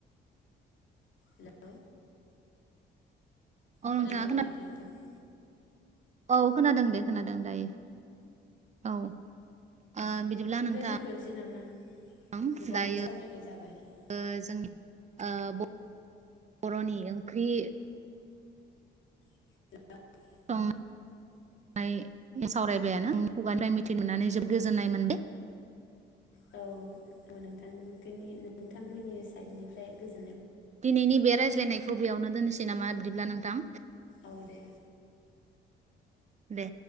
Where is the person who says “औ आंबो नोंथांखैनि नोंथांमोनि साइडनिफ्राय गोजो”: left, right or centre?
Left